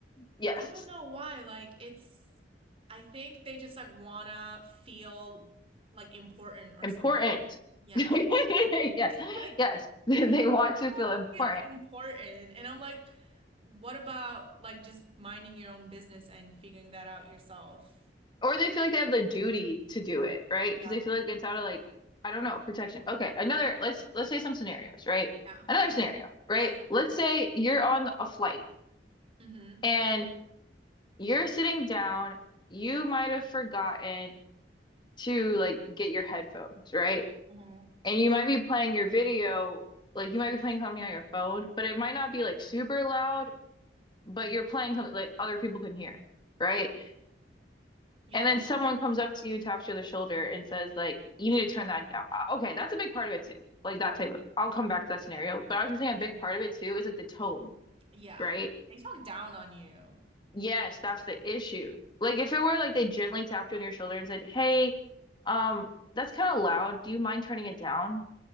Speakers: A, on the left; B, on the right.
A: yes,
B: I don't know why. Like it's I think they just like wanna feel like important or
A: important.
B: something.
A: <laughs>
B: Yeah.
A: Yes,
B: <laughs>
A: yes, <laughs> they want
B: They just
A: to
B: wanna
A: feel important.
B: feel important. And I'm like, what about like just minding your own business and figuring that out yourself?
A: Or they feel like they have the duty to do it, right?
B: Exactly.
A: Because they feel like it's out of like, I don't know, protection. Okay, another, let's let's say some scenarios, right?
B: Yeah.
A: Another scenario,
B: Right.
A: right? Let's say you're on a flight
B: Mm-hmm.
A: and you're sitting down, you might have forgotten to like get your headphones, right?
B: Mm-hmm.
A: And you might be playing your video, like you might be playing something on your phone, but it might not be like super loud, but you're playing something like other people can hear, right?
B: Yeah.
A: And then someone comes up to you, and taps you on the shoulder, and says, like, you need to turn that down. Uh, Okay, that's a big part of it too. Like that type of, I'll come back to that scenario. But I was just saying a big part of it too is like the tone,
B: Yeah.
A: right?
B: They talk down on you.
A: Yes, that's the issue. Like if it were like they gently tapped you on your shoulder and said, Hey, um, that's kind of loud. Do you mind turning it down?